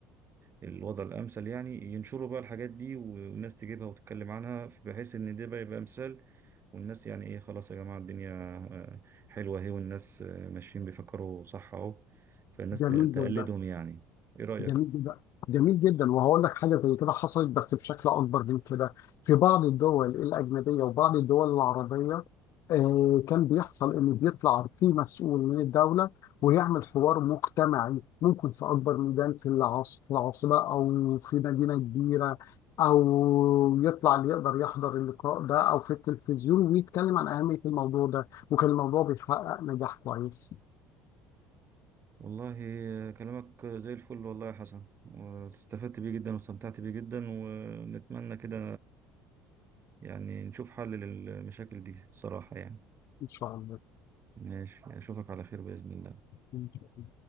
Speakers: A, on the right; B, on the left.
A: آه، الوضع الأمثل يعني ينشروا بقى الحاجات دي والناس تجيبها وتتكلم عنها بحيث إن ده بقى يبقى مثال والناس يعني إيه خلاص يا جماعة الدنيا آه، حلوة أهي والناس آه، ماشيين بيفكروا صح أهو فالناس
B: جميل
A: ت- تقلدهم
B: جدا
A: يعني إيه رأيك؟
B: جميل جدا جميل جدا وهقول لك حاجه زي كده حصلت بس بشكل اكبر من كده في بعض الدول الاجنبيه وبعض الدول العربيه آه، كان بيحصل ان بيطلع في مسؤول من الدوله ويعمل حوار مجتمعي ممكن في اكبر ميدان في العاص- في العاصمه او في مدينه كبيره او يطلع اللي يقدر يحضر اللقاء ده او في التلفزيون ويتكلم عن اهميه الموضوع ده وكان الموضوع بيحقق نجاح كويس
A: والله كلامك زي الفل والله يا حسن واستفدت بيه جدا واستمتعت بيه جدا ونتمنى كده يعني نشوف حل للمشاكل دي بصراحة يعني
B: ان شاء الله
A: ماشي أشوفك على خير بإذن الله
B: إن شاء الله.